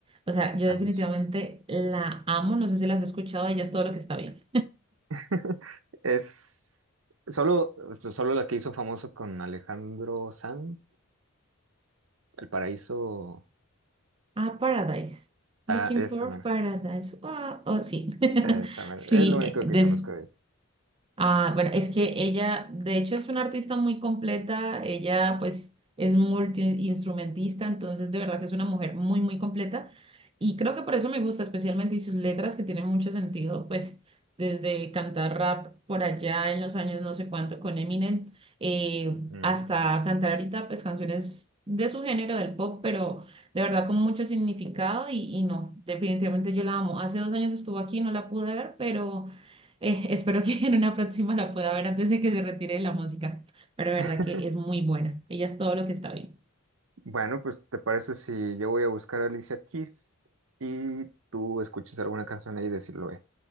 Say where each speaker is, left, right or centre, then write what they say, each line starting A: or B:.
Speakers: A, on the right (about 25°); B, on the right (about 70°).
A: O sea, yo
B: Alicia.
A: definitivamente la amo, no sé si la has escuchado, ella es todo lo que está bien.
B: <laughs> Es solo, solo la que hizo famoso con Alejandro Sanz, El Paraíso.
A: Ah, Paradise. Looking
B: Ah, esa,
A: for
B: mera,
A: Paradise. Wow. Oh, sí.
B: esa,
A: <laughs>
B: mera.
A: Sí,
B: Es lo único
A: eh, def-
B: que conozco de ella.
A: Ah, bueno, es que ella, de hecho, es una artista muy completa. Ella, pues, es multiinstrumentista, entonces, de verdad que es una mujer muy, muy completa. Y creo que por eso me gusta, especialmente, y sus letras que tienen mucho sentido, pues, desde cantar rap por allá en los años no sé cuánto con Eminem, eh,
B: Mm.
A: hasta cantar ahorita, pues, canciones de su género, del pop, pero de verdad con mucho significado. Y, y no, definitivamente yo la amo. Hace dos años estuvo aquí, no la pude ver, pero. Eh, espero que <laughs> en una próxima la pueda ver antes de que se retire de la música, pero de
B: <laughs>
A: verdad que es muy buena. Ella es todo lo que está bien.
B: Bueno, pues ¿te parece si yo voy a buscar a Alicia Keys y tú escuchas alguna canción ahí y decirlo, eh?